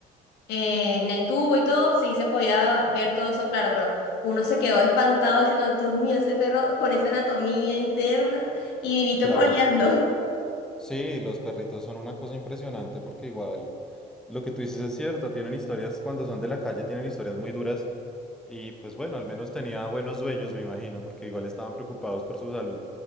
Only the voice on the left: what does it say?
eh, en el tubo y todo, sí se podía ver todo eso claro, pero uno se quedó espantado diciendo, Dios mío, ese perro con esa anatomía interna y vivito
coleando.